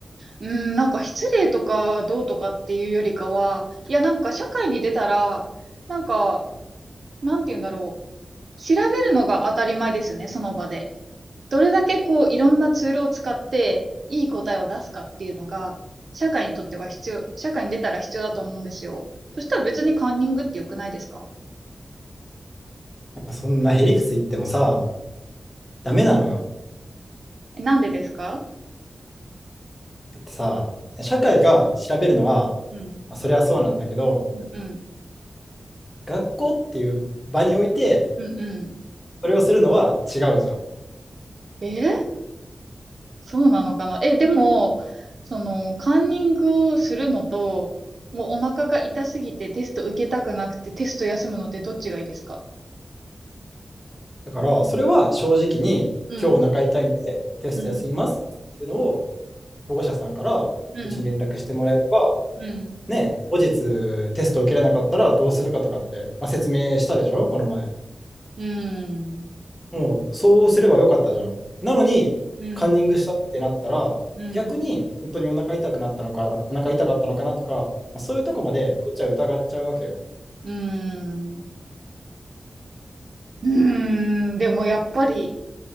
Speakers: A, on the right (about 55°); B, on the left (about 20°).
A: うん、なんか失礼とかどうとかっていうよりかは、いやなんか社会に出たら、なんか、なんて言うんだろう。調べるのが当たり前ですよね、その場で。どれだけこう、いろんなツールを使って、いい答えを出すかっていうのが、社会にとっては必要、社会に出たら必要だと思うんですよ。そしたら別にカンニングって良くないですか
B: そんなへりくつ言ってもさ、ダメなのよ。
A: え、なんでですか
B: だってさ、社会が調べるのは、
A: うん、うん、
B: まあそれはそうなんだけど、
A: うん、うん、
B: 学校っていう場において、
A: うん。うん
B: それをするのは違うじゃん。
A: えーそうなのかな。え、でも、その、カンニングをするのと、もうお腹が痛すぎてテスト受けたくなくてテスト休むのってどっちがいいですか
B: だから、それは正直に、
A: うん、
B: 今日お腹痛いんで、テスト休みますっていうのを、
A: うん、
B: 保護者さんからうちに連絡してもらえれば、
A: うん、うん、
B: ね、後日テストを受けれなかったらどうするかとかって、まあ、説明したでしょ、この前。
A: うん、
B: もう、そうすればよかったじゃん。なのに、
A: うん、
B: カンニングしたってなったら、
A: うん、うん、
B: 逆に本当にお腹痛くなったのか、お腹痛かったのかなとか、まあそういうとこまでこっちは疑っちゃうわけよ。
A: うん、うん、でもやっぱり